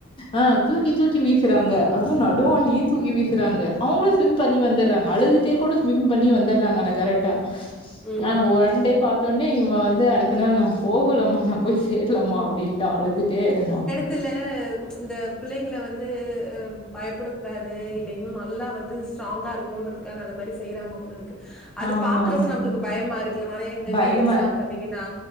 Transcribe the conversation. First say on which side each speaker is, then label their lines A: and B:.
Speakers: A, on the left; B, in the centre.
A: ஆ தூக்கி தூக்கி வீசறாங்க அதுவு நடுவாண்டியே தூக்கி வீசறாங்க அவங்களு ஸ்விம் பண்ணி
B: ஆ
A: வந்துடுறாங்க அழுது ட்டே கூட ஸ்விம் பண்ணி வந்துடுறாங்க ஆனா கரெக்டா
B: ம் ம்
A: நானு ஒன் டே
B: ம்
A: பாத்தோனே வந்து அடுத்த நாள் நா போகுலமா நா போய் சேர்லமா அப்டின்ட்டா அழுதுட்டே நா
B: துல இந் த பிள்ளைங்கள வந்து பயப்படக்குடாது இல்லைன் நல்லா வந்து ஸ்ட்ராங்கா இருக்கணுன்றதுக்காக அந்த மாரி செய்யறாங்க போலருக்கு அது
A: ஆமாமா.
B: பாக்குறப்ப நம்புளுக்கு பயமா இருக்குல நறைய இந்த
A: பயமா
B: வீடியோஸ் எல்லா பாத்திங்கனா